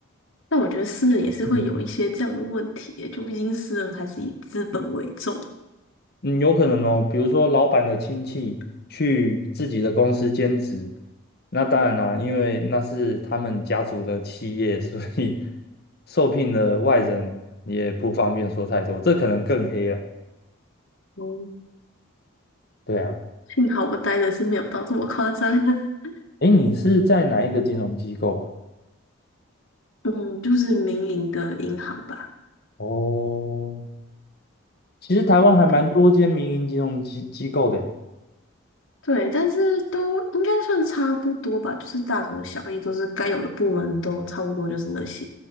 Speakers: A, on the left; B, on the left.
A: 但我觉得私人也是会有一些这样的问题耶就毕竟私人还是以资本为重。
B: 嗯嗯有可能哦，比如说老板的亲戚去自己的公司兼职，那当然啦，因为那是他们家族的企业，所以受聘的外人也不方便说太多，这可能更黑了。
A: 哦，
B: 对啊，
A: 幸好我待的是没有到这么夸张。<laughs>
B: 诶，你是在哪一个金融机构啊？
A: 嗯，就是民营的银行吧。
B: 哦，其实台湾还蛮多间民营金融机机构的。
A: 对。对，但是都应该算差不多吧，就是大同小异，都是该有的部门都差不多，就是那些。